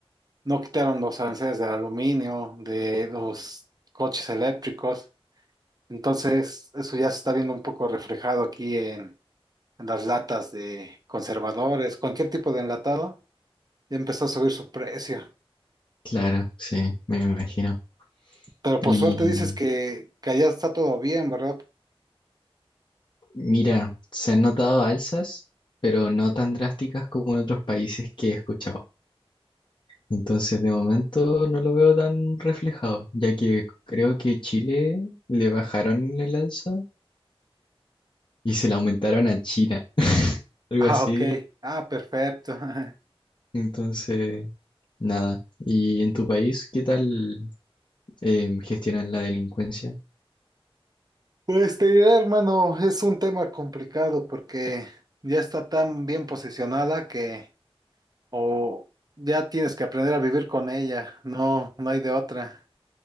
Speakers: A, on the right (about 40°); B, on the left (about 50°).
A: no quitaron los aranceles del aluminio, de los coches eléctricos. Entonces, eso ya se está viendo un poco reflejado aquí las latas de conservadores, cualquier tipo de enlatado, ya empezó a subir su precio.
B: claro, sí, me imagino.
A: Pero por
B: Y
A: suerte dices que, que allá está todo bien, ¿verdad?
B: mira, se han notado alzas, pero no tan drásticas como en otros países que he escuchado. Entonces, de momento no lo veo tan reflejado, ya que creo que Chile le bajaron el alza y se la aumentaron a China, algo
A: Ah,
B: así.
A: ok. Ah, perfecto. <laughs>
B: Entonces, nada. ¿Y en tu país qué tal em, gestionan la delincuencia?
A: Pues te diré, hermano, es un tema complicado porque ya está tan bien posicionada que o ya tienes que aprender a vivir con ella. No, no hay de otra.